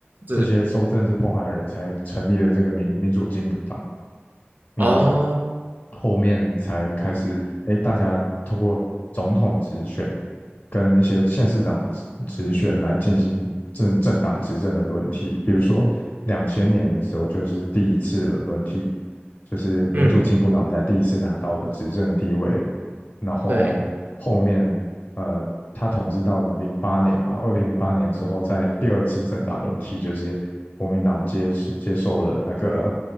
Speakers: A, on the right; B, on the left.
A: 是，
B: 这些受政治迫害的人才成立了这个民民主进步党。那
A: 哦，
B: 后面才开始，哎，大家透过总统直选跟一些县市长直直选来进行政政党执政的轮替。比如说，两千年的时候就是第一次轮替，就是民主进步党才第一次拿到的执政地位，
A: 嗯，
B: 然后后面呃，
A: 对，
B: 他统治到零八年嘛，二零零八年之后，在第二次政党轮替，就是国民党接受接受了那个